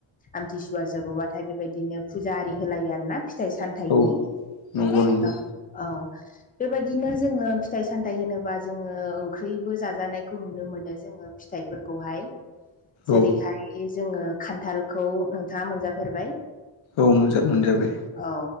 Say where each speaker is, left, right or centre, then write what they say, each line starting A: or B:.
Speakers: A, on the left; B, on the left.
A: आमथिसुवा जोबोबाथाय बेबायदिनो फुजा आरि होलायो आरो ना फिथाइ साम थाइनि।
B: औ नंगौ नंगौ
A: औ औ बेबायदिनो जोङो फिथाइ सामथायाइ होनोबा जोङो ओंख्रिबो जाजानायखौ नुनो मोनो जोङो फिथाइफोरखौहाय जेरैहाय
B: औ
A: जोङो खान्थालखौ नोंथाङा मोनजाफेरबाय?
B: औ मोनजा मोनजाबाय
A: औ